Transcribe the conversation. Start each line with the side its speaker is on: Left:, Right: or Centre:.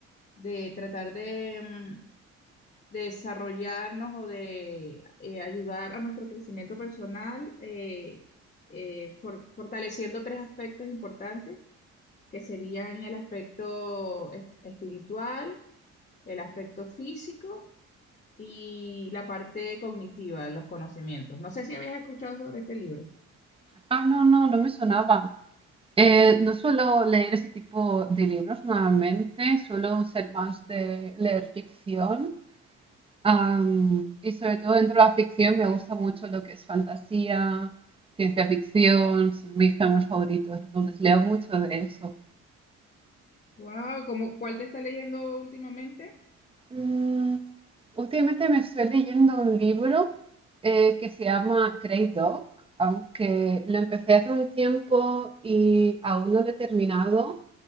Left: de tratar de, mm, de desarrollarnos o de eh, ayudar a nuestro crecimiento personal, eh, eh, for- fortaleciendo tres aspectos importantes, que serían el aspecto es- espiritual, el aspecto físico y la parte cognitiva, los conocimientos. No sé si habías escuchado sobre este libro.
Right: Ah, no, no, no me sonaba. Eh, no suelo leer ese tipo de libros normalmente, suelo ser más de leer ficción. am, y sobre todo dentro de la ficción me gusta mucho lo que es fantasía, ciencia ficción, son mis géneros favoritos, entonces leo mucho de eso.
Left: Wow, ¿cómo, cuál te está leyendo últimamente?
Right: Mm, últimamente me estoy leyendo un libro eh, que se llama Grey Dog, aunque lo empecé hace un tiempo y aún no lo he terminado.